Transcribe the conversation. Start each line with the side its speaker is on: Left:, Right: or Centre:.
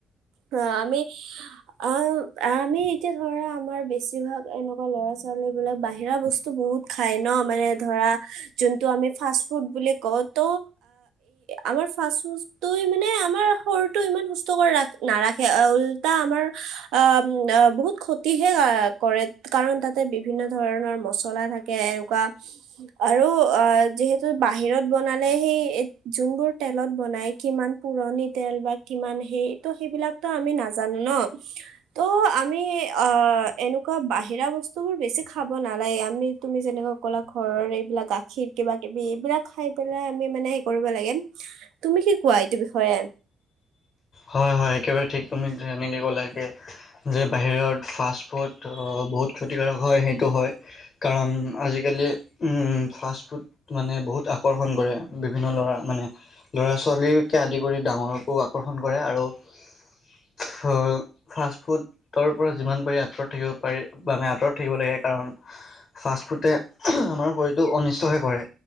Right: অ আমি অ আমি এতিয়া ধৰা আমাৰ বেছিভাগ এনেকুৱা লৰা ছোৱালী বিলাক বাহিৰা বস্তু বহুত খাই ন মানে ধৰা যোনটো আমি ফাষ্ট ফুড বুলি কওঁ ত আমাৰ ফ মান আমাৰ শৰীৰটো ইমান সুস্থ কৰি নাৰাখে উল্টা আমাৰ আহ বহুত ক্ষতিহে কৰে কাৰণ তাতে বিভিন্ন ধৰণৰ মচলা থাকে এনেকুৱা আৰু অ যিহেতু বাহিৰত বনালে সেই যোনবোৰ তেলত বনাই কিমান পুৰণি তেল বা কিমান হে ত সেইবিলাকতো আমি নাজানো ন ত' আমি অ এনেকুৱা বাহিৰা বস্তুবোৰ বেছি খাব নালাগে আমি তুমি যেনেকুৱা কলা ঘৰৰ এইবিলাক গাখীৰ কিবা কিবি এইবিলাক খাই পেলাই আমি মানে হে কৰিব লাগে তুমি কি কোৱা এইটো বিষয়ে
Left: হয় হয় একেবাৰে ঠিক তুমি সনেকে ক'লগে যে বাহিৰত ফাষ্ট ফুড বহুত ক্ষতিকাৰক হয় সেইটো হয় কাৰণ আজিকালি উ ফাষ্ট ফুড মানে বহুত আকৰ্ষণ কৰে বিভিন্ন ল'ৰা মানে ল'ৰা ছোৱালীকে আদি কৰি ডাঙৰকো আকৰ্ষণ ফাষ্ট ফুডৰ পৰা যিমান পাৰি আঁতৰত থাকিব পাৰি মানে আঁতৰত থাকিব লাগে কাৰণ ফাষ্ট ফুডে আমাৰ শৰীৰটো অনিষ্টহে কৰে